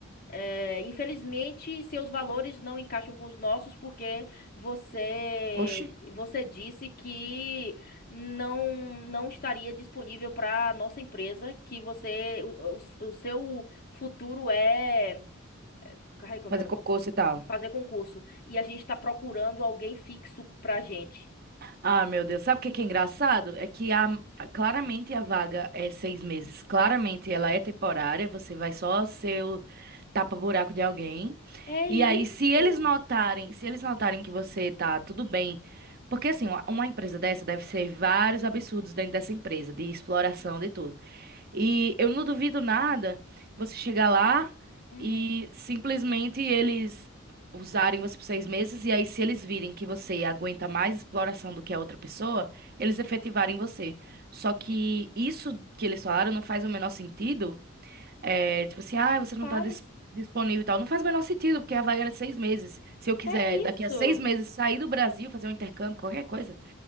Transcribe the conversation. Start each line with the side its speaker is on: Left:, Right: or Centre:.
Left: Eh, infelizmente, seus valores não encaixam com os nossos porque você
Right: Oxi,
Left: você disse que não não estaria disponível para nossa empresa, que você o, o, o seu futuro é Ai, como
Right: fazer
Left: é?
Right: cocô e tal.
Left: fazer concurso e a gente está procurando alguém fixo pra gente.
Right: Ah, meu Deus. Sabe o que que é engraçado? É que a, claramente a vaga é seis meses. Claramente ela é temporária. Você vai só ser o tapa-buraco de alguém.
Left: É
Right: E
Left: isso.
Right: aí, se eles notarem, se eles notarem que você tá tudo bem, porque assim, uma uma empresa dessa deve ser vários absurdos dentro dessa empresa, de exploração, de tudo. E eu não duvido nada você chegar lá
Left: Uhum.
Right: e simplesmente eles usarem você por seis meses, e aí, se eles virem que você aguenta mais exploração do que a outra pessoa, eles efetivarem você. Só que isso que eles falaram não faz o menor sentido. É, tipo assim, ah, você não
Left: Faz.
Right: tá dis- disponível e tal. Não faz o menor sentido, porque a vaga era de seis meses. Se eu quiser,
Left: É
Right: daqui
Left: isso.
Right: a seis meses, sair do Brasil, fazer um intercâmbio, qualquer coisa.